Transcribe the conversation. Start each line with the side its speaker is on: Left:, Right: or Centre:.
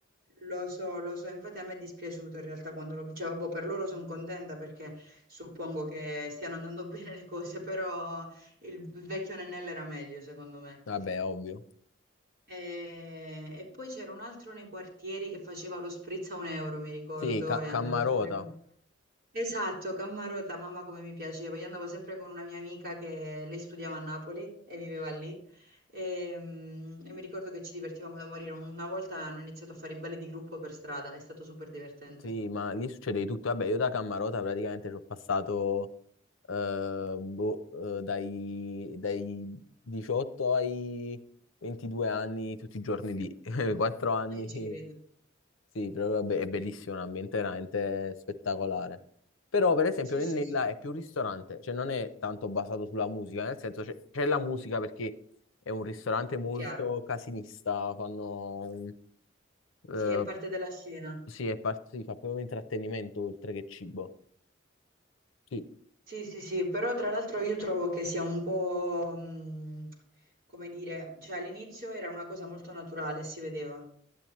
Right: lo so, lo so, infatti a me è dispiaciuto in realtà quando lo... Cioè, boh, per loro sono contenta perché suppongo che stiano andando <laughs> bene le cose, però il vecchio Nennella era meglio secondo me.
Left: Vabbè, ovvio.
Right: E, e poi c'era un altro nei quartieri che faceva lo spritz a un euro, mi ricordo,
Left: Sì, Ca-
Right: e
Left: Cammarota.
Right: andavo sempre con... Esatto, Cammarota, mamma come mi piaceva. Io andavo sempre con una mia amica che lei studiava a Napoli e viveva lì. E, mm, e mi ricordo che ci divertivamo da morire. Una volta hanno iniziato a fare i balli di gruppo per strada, è stato super divertente.
Left: Sì, ma lì succede di tutto. Vabbè, io da Cammarota praticamente ci ho passato eh, boh, eh, dai, dai 18 ai 22 anni tutti i giorni lì. <laughs> Quattro anni,
Right: Eh, ci credo.
Left: sì, però vabbè, è bellissimo,
Right: <laughs>
Left: è un ambiente veramente spettacolare. Però, per esempio,
Right: Sì,
Left: Nennella
Right: sì, sì,
Left: è più un ristorante, cioè non è tanto basato sulla musica, nel senso c'è c'è la musica perché è un ristorante molto
Right: chiaro.
Left: casinista, fanno... eh,
Right: Sì, è parte della scena.
Left: sì, è par- si fa proprio intrattenimento oltre che cibo. Sì,
Right: Sì, sì, sì, però tra l'altro io trovo che sia un po', mh, come dire, cioè all'inizio era una cosa molto naturale, si vedeva.